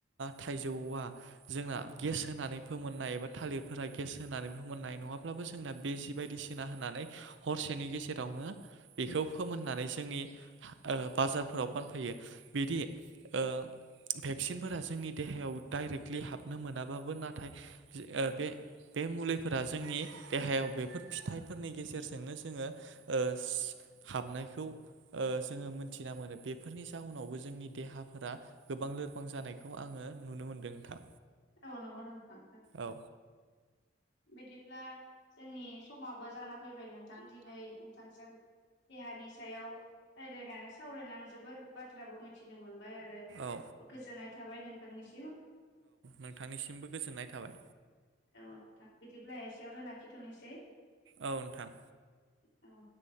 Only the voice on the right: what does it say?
थाइजौआ जोंना गेस होनानै फोमोननाय एबा थालिरफोरा गेस होनानै फोमोननाय नङाब्लाबो जोंना बे जि बायदिसिना होननानै हरसेनि गेजेरावनो बेखौ फोमोननानै जोंनि आ बाजारफोराव फानफैयो बिदि ओ भेक्सिनफोरा जोंनि देहायाव दडाइरेक्टलि हाबनो मोनाबाबो नाथाय नाथाय बे मुलिफोरा जोंनि देहायाव बेफो फिथाइफोरनि गेजेरजोंनो ओ हाबनायखौ ओ जोंङो मोनथिना मोनो बेफोरनि जाहोनावबो जोंनि देहाफोरा गोबां लोरबां जानायखौ आंङो नुनो मोनदों नोंथां।
औ
औ
नोंथांनिसिमबो गोजोननाय थाबाय।
औ नोंथां